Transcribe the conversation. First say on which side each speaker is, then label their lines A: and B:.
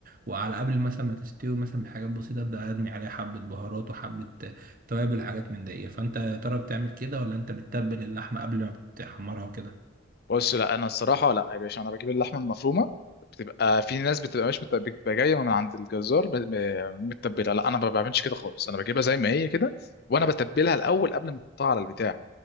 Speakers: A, on the right; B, on the left.
A: وعلى قبل مثلا ما تستوي مثلا بحاجات بسيطة أبدأ أرمي عليها حبة بهارات وحبة توابل وحاجات من دي فأنت يا ترى بتعمل كده ولا أنت بتتبل اللحمة قبل ما بتحمرها وكده؟
B: بص لا انا الصراحه لا يا باشا انا بجيب اللحمه المفرومه بتبقى في ناس بتبقى مش مت- بتبقى جايه من عند الجزار ب- م- متبله لا انا ما بعملش كده خالص انا بجيبها زي ما هي كده وانا بتبلها الاول قبل ما احطها على البتاع